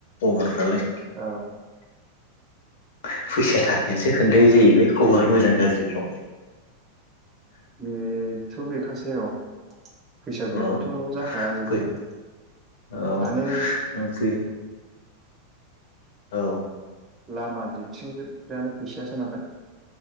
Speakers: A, on the left (about 75°); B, on the right (about 15°).
A: अबरफ्रालाय
B: औ
A: <inaudible> फैसा थाखायासो खोन्थाय जाहैबाय खबर मोजां गाज्रिखौ
B: बेथ' बेखासैऔ फैसा
A: औ
B: गैयाबाथ' जाखाया आजिखालि
A: फै औ
B: माने
A: फै औ
B: लामा दिबथिंग्रायानो फैस सो नालाय